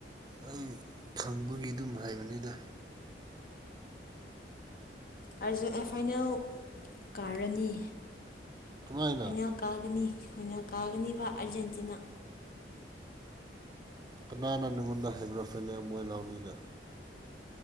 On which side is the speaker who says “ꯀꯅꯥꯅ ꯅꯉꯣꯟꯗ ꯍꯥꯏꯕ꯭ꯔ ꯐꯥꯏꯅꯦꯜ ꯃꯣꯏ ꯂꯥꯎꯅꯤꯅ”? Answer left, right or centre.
Right